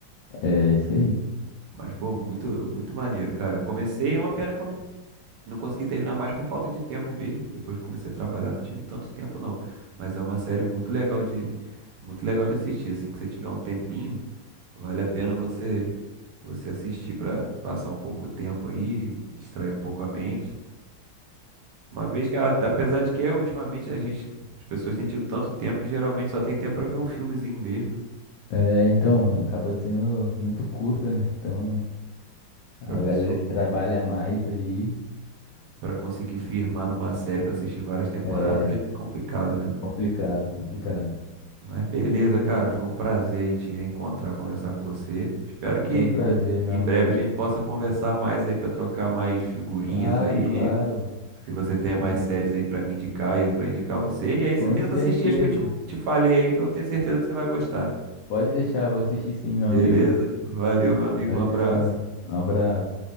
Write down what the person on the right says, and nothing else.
Mas, pô, muito, muito maneiro, cara. Eu comecei, uma pena que eu não, não consegui terminar mais por falta de tempo mesmo. Depois que comecei a trabalhar, não tive tanto tempo, não. Mas é uma série muito legal de, muito legal de assistir. Assim que você tiver um tempinho, vale a pena você, você assistir pra passar um pouco o tempo aí, distrair um pouco a mente. Uma vez que, a- apesar de que é, ultimamente a gente, as pessoas têm tido tanto tempo que geralmente só tem tempo pra ver um filmezinho mesmo, né?
Pra pessoa,
pra conseguir firmar numa série pra assistir várias temporadas
é complicado, né?
Mas beleza, cara, foi um prazer aí te reencontrar, conversar com você. Espero que
em
breve a gente possa conversar mais aí pra trocar mais figurinhas
aí,
que você tenha
mais séries aí pra me indicar e eu pra indicar você. E aí
você tenta
assistir as que eu te, te falei aí, que eu tenho certeza que você vai gostar.
Beleza?
Valeu, meu amigo,
um abraço.